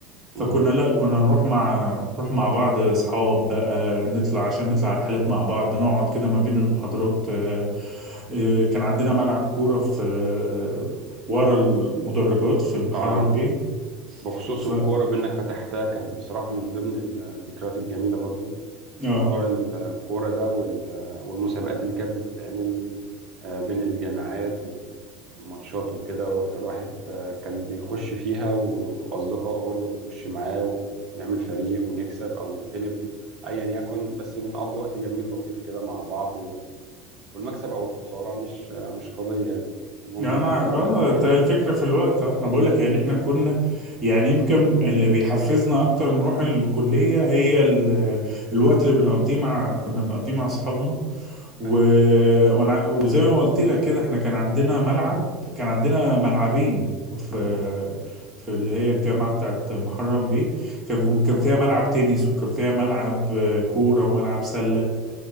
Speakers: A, on the right; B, on the right.
A: فكنا
B: مم.
A: لا كنا نروح مع نروح مع بعض اصحاب بقى نطلع عشان نطلع رحلات مع بعض نقعد كده ما بين المحاضرات آه، آه، كان عندنا ملعب كورة في آه، ورا المدرجات في المحرم
B: اه
A: بيه
B: بخصوص
A: ف
B: الكورة بأنك فتحتها كانت بصراحة من ضمن الذكريات الجميلة برضو
A: اه
B: موضوع الكورة ده وال... والمسابقات اللي كانت بتتعمل آه، بين الجامعات و- والماتشات وكده فالواحد آه، كان بيخش فيها و- وأصدقائه برضه بيخش معاه ونعمل فريق ونكسب أو نتغلب أيا يكن بس بنقضي وقت جميل لطيف كده مع بعض و- والمكسب أو الخسارة مش آه، مش قضية يعني المهم
A: يعني انا
B: ال- الوقت
A: اه
B: الجميل
A: ده الفكرة في الوقت اه انا بقول لك يعني احنا كنا يعني يمكن اللي بيحفزنا اكتر نروح الكلية هي ال... الوقت اللي بنقضيه مع كنا بنقضيه مع اصحابنا و...
B: أي
A: وانا وزي ما قلت لك كده احنا كان عندنا ملعب كان عندنا ملعبين في في اللي هي الجامعة بتاعت محرم بيه كان كان
B: أه
A: فيها ملعب تنس وكان فيها ملعب آه، كورة وملعب سلة